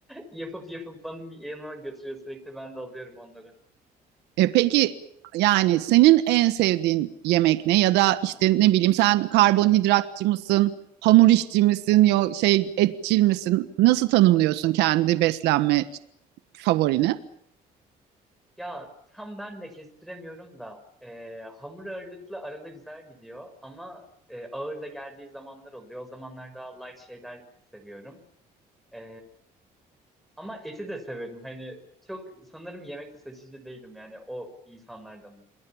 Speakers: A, in the centre; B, on the right.
A: Yapıp yapıp bana bir yanıma götürüyor sürekli ben de alıyorum onları.
B: E, peki yani senin en sevdiğin yemek ne? Ya da işte ne bileyim sen karbonhidratçı mısın? Hamur işçi misin? Yo, şey etçil misin? Nasıl tanımlıyorsun kendi beslenme favorini?
A: Ya tam ben de kestiremiyorum da e, hamur ağırlıklı arada güzel gidiyor ama e, ağır da geldiği zamanlar oluyor. O zamanlar daha light şeyler seviyorum. E, ama eti de severim. Hani çok sanırım yemekte seçici değilim yani o insanlardan.